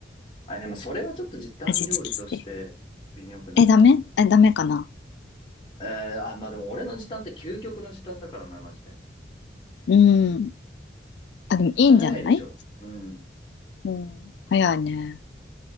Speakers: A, on the left; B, on the left.
A: あ、でもそれはちょっと時短料理として微妙くないか。
B: 味付けして。え、ダメえ、ダメかな
A: えーあ、まあでも俺の時短って究極の時短だからな、マジで。
B: うん。あ、
A: めっちゃ早いでしょ。
B: でもいいんじゃない
A: うん。
B: うん。早いね。